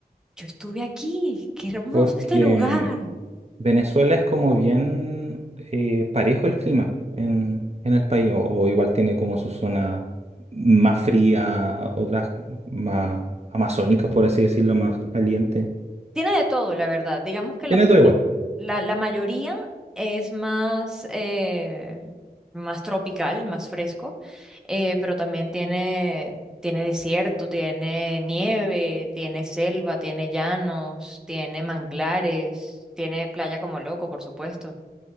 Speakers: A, in the centre; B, on the right (about 40°).
A: yo estuve aquí, qué hermoso
B: Porque
A: este lugar.
B: Venezuela es como bien eh, parejo el clima en, en el país, o, o igual tiene como su zona más fría, otras más amazónicas, por así decirlo, más caliente.
A: Tiene de todo, la verdad. Digamos que
B: Tiene
A: la,
B: todo igual.
A: la- la mayoría es más, eh, más tropical, más fresco, eh, pero también tiene, tiene desierto, tiene nieve, tiene selva, tiene llanos, tiene manglares, tiene playa como loco, por supuesto.